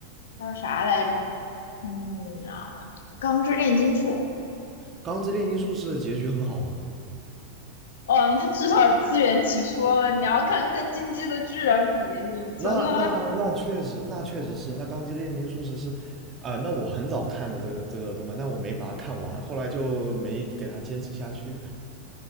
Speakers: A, on the left (about 60°); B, on the right (about 25°).
A: 叫啥来着？嗯啊，《钢之炼金术》。
B: 《钢之炼金术师》的结局很好吗？
A: 哦，他至少自圆其说了。你要看跟《进击的巨人》比，你真的
B: 那那那确实，那确实是，那《钢之炼金术师》是，啊、那我很早看的这个这个动漫，但我没把它看完，后来就没给它坚持下去。